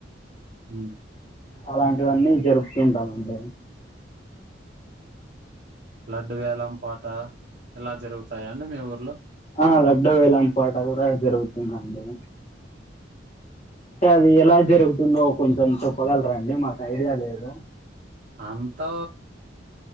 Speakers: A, on the right (about 50°); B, on the left (about 35°).
A: హ్మ్
B: అలాంటివన్నీ జరుపుతుంటామండి.
A: లడ్డు వేలం పాట ఇలా జరుగుతాయా అండి. మీ ఊర్లో
B: ఆ లడ్డు వేలాం పాట కూడా జరుగుతుందండి. అంటే అది ఎలా జరుగుతుందో కొంచెం చెప్పగలరాండి. మాకు ఐడియా లేదు
A: అంతా